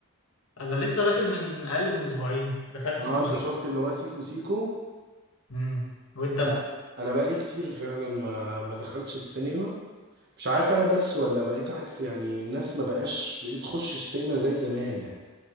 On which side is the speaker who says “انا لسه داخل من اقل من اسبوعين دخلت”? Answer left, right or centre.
Left